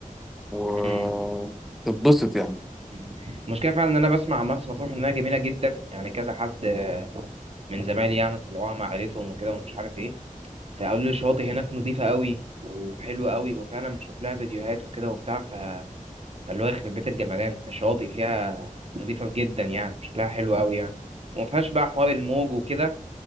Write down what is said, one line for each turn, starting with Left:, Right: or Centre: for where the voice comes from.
Centre: و...
Right: امم
Centre: تتبسط يعني
Right: أمم. المشكله فعلا ان انا بسمع عن مرسى مطروح انها جميله جدا يعني كذا حد آه، من زمايلي يعني طلعوها مع عيلتهم وكده ومش عارف ايه فقالوا لي الشواطئ هناك نظيفه قوي وحلوه قوي وفعلا بشوف لها فيديوهات وكده وبتاع ف فاللي هو يخرب بيت الجمدان الشواطئ فيها نظيفه جدا يعني شكلها حلو قوي يعني وما فيهاش بقى حوار الموج وكده